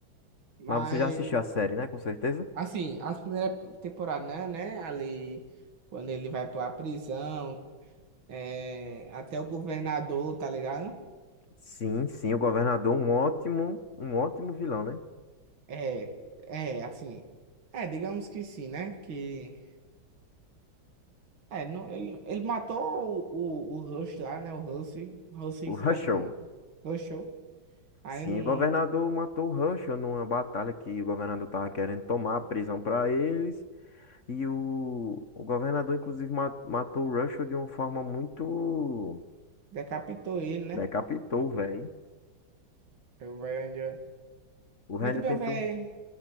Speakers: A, on the right; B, on the left.
A: Mas,
B: Mas você já assistiu a série, né? Com certeza?
A: assim, a primeira temporada, né, né? Ali, quando ele vai pra prisão, é, até o governador, tá ligado?
B: Sim, sim, o governador, um ótimo, um ótimo vilão, né?
A: É, é, assim. É, digamos que sim, né? Que. É, não, ele, ele matou o, o, o Rush lá, né? O Rush. Rush, sei
B: O Russell
A: lá como é o nome. dele. Rushou. Aí
B: Sim,
A: não
B: o governador matou o Herschel numa batalha que o governador tava querendo tomar a prisão para eles. E o, o governador, inclusive, ma- matou o Herschel de uma forma muito.
A: decapitou ele, né?
B: Decapitou, velho.
A: Aí O velho ainda.
B: O Randall
A: Mas também
B: tentou.
A: o velho